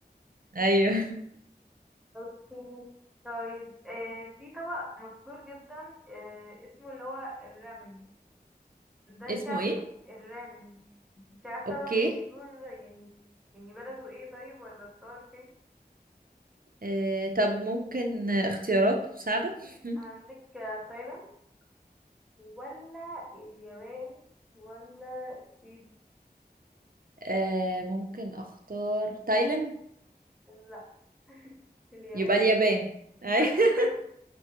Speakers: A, on the right; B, in the centre.
A: ايوه
B: أوكي طيب آه. في طبق مشهور جدا آه. اسمه اللي هو الرامن ده
A: <laughs>
B: انت
A: اسمه
B: عارفة
A: ايه
B: الرامن انت عارفة
A: اوكي
B: ده مشهور يعني يعني بلده ايه طيب ولا بتصور فين
A: آه، طب ممكن اختيارات مساعدة <laughs>
B: عندك آه، تايلاند ولا اليابان ولا الصين
A: آه، ممكن اختار تايلاند
B: لا اليابان
A: يبقى اليابان أي
B: شاطر
A: <laughs>
B: <laughs>